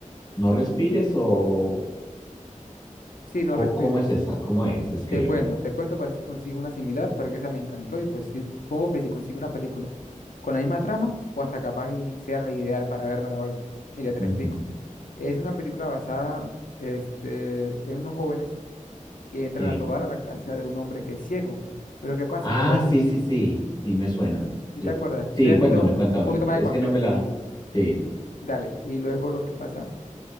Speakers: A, on the left; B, on the left.
A: ¿No respires o
B: Sí, No
A: co-
B: Respires.
A: cómo es esa? ¿Cómo es? Descríbemela.
B: Te cuento, te cuento para ver si consigo una similar, porque esa me encantó y pues sí, supongo que si consigo una película con la misma trama, o hasta capaz y sea la ideal para vérmela hoy. Mira, te
A: Ujú,
B: lo explico. Es una película basada, este, en unos jóvenes que entran
A: Sí.
B: a robar a la casa de un hombre que es ciego. Pero ¿qué pasa?
A: Ah,
B: Que lo,
A: sí, sí, sí. Sí, me suena.
B: si
A: Yo-
B: te acuerdas, estoy
A: Sí,
B: haciendo
A: cuéntame,
B: un,
A: cuéntame.
B: un poquito más
A: Es
B: de contexto.
A: que no me la... Sí.
B: Dale. Y luego lo que pasa